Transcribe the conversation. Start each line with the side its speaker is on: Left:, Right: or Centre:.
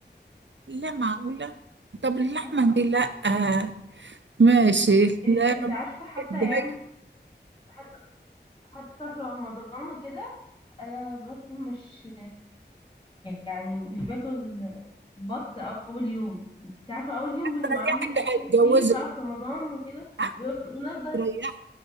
Right: لا معقوله طب اللحمه
Left: اه
Right: دي لا آه ماشي
Left: إن-
Right: لا
Left: انت عارفة حتى
Right: دي هي-
Left: يعني حتى حتى في رمضان وكده انا برضو مش يعني مش باكل بط اول يوم انت عارفه اول يوم بنبقى
Right: هتريح
Left: عاملين
Right: اللي
Left: اكل
Right: هيتجوزك
Left: كتير بقى في رمضان وكده
Right: ها؟
Left: ويفضل- ونفضل
Right: هتريح